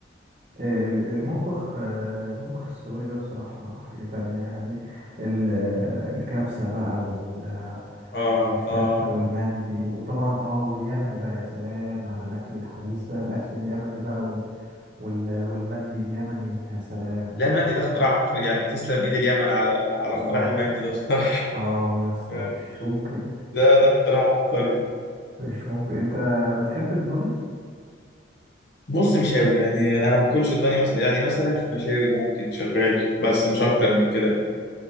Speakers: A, on the right (about 40°); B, on the left (about 60°).
A: ال- المطبخ آه، المطبخ السعودي ده بصراحة حاجة تانية يعني ال- آه، الكبسة بقى وال آه،
B: اه
A: والفتة
B: اه
A: والمندي وطبعا اه واليمني بقى يا سلام على الأكل الحنيس بقى الأكل اليمني بقى وال وال والمندي اليمني يا سلام
B: لا المندي ده اختراع عبقري يعني تسلم ايد اليمن على على
A: اه
B: اختراع المندي ده بصراحه
A: اه يا
B: <laughs>
A: اسطى
B: يعني
A: مش ممكن
B: ده ده اختراع عبقري
A: مش ممكن انت بتحب الضاني؟
B: بص مش قوي يعني انا ما اكلش الضاني مثلا يعني مثلا في مشاوي ممكن شغال بس مش اكتر من كده